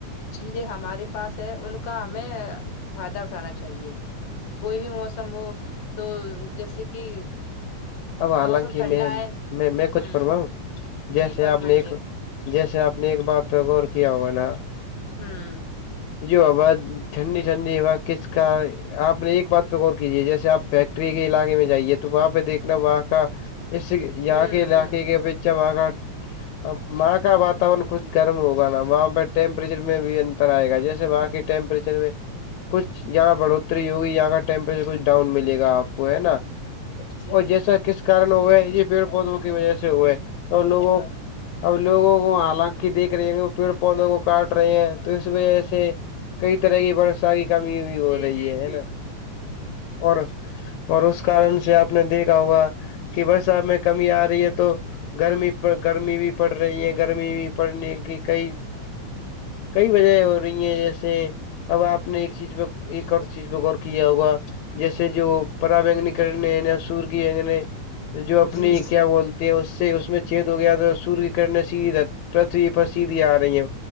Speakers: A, on the left; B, on the left.
A: چیزیں ہمارے پاس ہے ان کا ہمیں فائدہ اٹھانا چاہیے کوئی بھی موسم ہو تو جیسے کہ
B: اب حالانکہ
A: موسم ٹھنڈا
B: میں
A: ہے
B: میں میں کچھ
A: ہ
B: فوا ہوں جیسے
A: جی فرمائیے
B: آپ نے ایک جیسے آپ نے ایک بات پہ غور کیا ہوگا نا
A: ھمم
B: ی ا ٹھنڈی ٹھنڈی ہو کس کا آپ نے ایک بات پہ غور کیجیے جیسے آپ فیکٹری کے علاقے میں جائیے تو وہاں پہ دیکھ وہاں کا اس یہاں
A: ہوں
B: کے علاقے
A: ہوں
B: کے اچھا وہاں کا اب وہاں کا واتاورن خود گرم ہوگا نا وہاں پہ ٹیمپریچر میں بھی آئے گا جیسے وہاں کی ٹمپریچر میں کچھ یہاں بڑوتری ہوگی یہاں کا ٹیمپریچر کچھ ڈاؤن ملے گا آپ کو ہے نا
A: جی
B: اور جیسا کس کارن ہوا یہ پیڑ پودوں کی وجہ سے ہوئے اور لوگوں اب لوگوں کو حالانکہ دیکھ رہے ہیں وہ پیڑ پودوں کو کاٹ رہے ہیں تو اس وجہ سے کئی طرح یہ بر کی کمی بھی ہو
A: جی
B: رہی
A: جی
B: ہے
A: جی
B: نا اور اور اس کارن سے آپ آپ نے دیکھا ہوگا کہ برسات میں کمی آ رہی ہے تو گرمی گرمی بھی پڑ رہی ہے گرمی بھی پڑنے کی کئی کئی وجہ ہو رہی ہیں جیسے اب آپ نے ایک چیز پہ ایک اور چیز پہ غور کیا ہوگا جیسے جو پرا بینگنی کرنے سور کی اگنی جو اپنی
A: جی
B: کیا بول اس سے اس میں چد ہو گیا تو سور کی کرنے سےیھر پرتھوی پر سیدھی آ رہی ہے